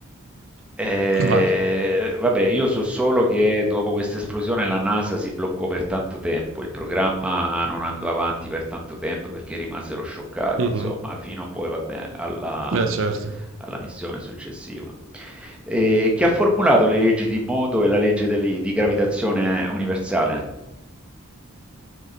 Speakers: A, in the centre; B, on the right.
A: Eh,
B: Vai.
A: vabbè, io so solo che dopo questa esplosione la NASA si bloccò per tanto tempo, il programma non andò avanti per tanto tempo perché rimasero scioccati,
B: Mhm.
A: insomma, fino poi, vabbè, alla,
B: Beh, certo.
A: alla missione successiva. Eh, chi ha formulato le leggi di moto e la legge delle- di gravitazione universale?